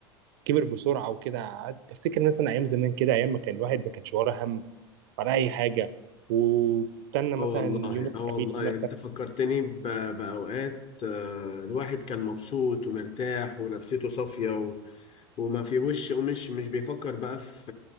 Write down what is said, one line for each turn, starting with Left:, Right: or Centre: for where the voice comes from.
Right: كبر بسرعه وكده قعدت افتكر مثلا ايام زمان كده ايام ما كان الواحد ما كانش وراه هم ولا اي حاجه وبتستنى مثلا
Left: اه والله
Right: يوم
Left: اه والله
Right: الخميس مثلا
Left: انت فكرتني ب- باوقات آه، الواحد كان مبسوط ومرتاح ونفسيته صافية و- وما فيهوش ومش مش بيفكر بقى في